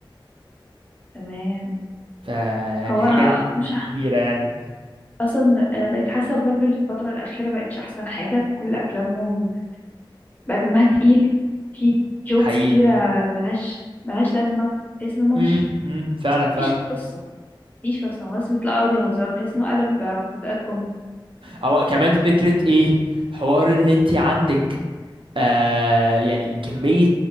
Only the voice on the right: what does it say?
فيعني
حاجة
دي
كبيرة يعني
حقيقي
امم
فعلا فعلا
هو كمان فكرة ايه حوار اللي انت عندك آه يعني كمية